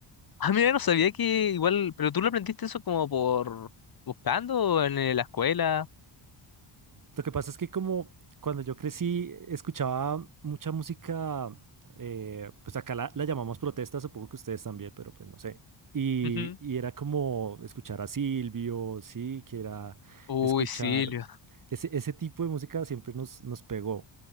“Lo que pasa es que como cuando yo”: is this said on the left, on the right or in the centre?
Right